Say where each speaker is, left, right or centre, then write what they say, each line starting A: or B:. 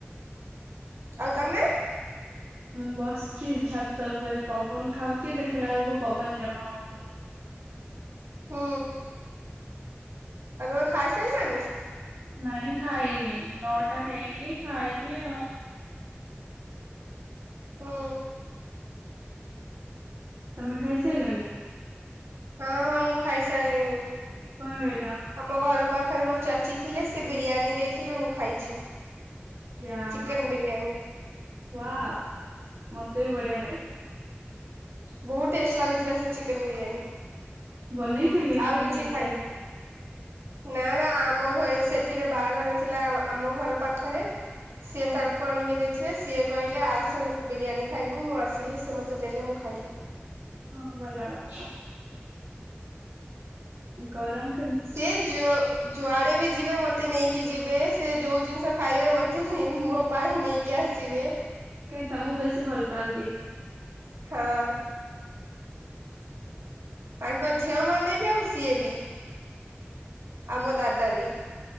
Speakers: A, on the right; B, on the right.
A: ଆଉ ତମେ?
B: ମୁଁ ବସିଛି ଛାତ ଉପରେ ପବନ ଖାଉଛି ଦେଖିଲା ବେଳକୁ ପବନ ଜମା ହଉନି।
A: ହୁଁ ଆଉ ତମେ ଖାଇ ସାଇଲଣି?
B: ନାଇଁ ଖାଇନି ନଅଟା ହେଇନି ଖାଇନି ଆଉ
A: ହୁଁ।
B: ତମେ ଖାଇସାରିଲଣି?
A: ହଁ ହଁ ମୁଁ ଖାଇ ସାରିଲିନି।
B: କଣ ଖାଇଲ
A: ଆମ ଘର ପାଖ ପାଖରେ ମୋ ଚାଚୀ ଥିଲେ ସେ ବିରିୟାନୀ ଦେଇଥିଲେ ମୁଁ ଖାଇଛି।
B: ଯାହ
A: ଚିକେନ
B: ହଉ
A: ବିରିୟାନୀ
B: ୱାଅ ମତେ ବି ବଢିଆ ଲାଗେ।
A: ବହୁତ ଟେଷ୍ଟ ଲାଗୁଥିଲା ସେ ଚିକେନ ବିରିୟାନୀ
B: ବନେଇଥିଲେ
A: ଆଉ
B: ନା
A: କିଛି
B: କିଣିକି
A: ଖାଇନି।
B: ଆଣିଥିଲେ।
A: ନା ନା ଆମ ଘରେ ସେଠିରେ ବାହାଘର ଥିଲା ଆମ ଘର ପାଖରେ ସିଏ
B: ଓହୋ
A: ତାଙ୍କୁ ଆଣିକି ଦେଇ ସେ ସିଏ କହିଲେ ଆସ ବିରିୟାନୀ ଖାଇବୁ ମୁଁ ଆସିଲି ସେ ମୋତେ ଦେଲେ ମୁଁ ଖାଇଲି
B: ହଁ ଭଲ କରି। ଗୌରମ <inaudible>
A: ସେ ଯ ଯୁଆଡ଼େ ବି ଯିବେ ମୋତେ ନେଇକି ଯିବେ ସେ ଯେଉଁ ଜିନିଷ ଖାଇବେ ମୋତେ ନେ ମୋ ପାଇଁ ହିଁ ନେଇକି ଆସିବେ।
B: କାଇଁ ତମକୁ ବେଶୀ ଭଲ ପାଆନ୍ତି
A: ହଁ। ତାଙ୍କ ଝିଅ ମାନେ ବି ଆଉ ସିଏ ବି ଆଉ ମୋ ଦାଦା ବି।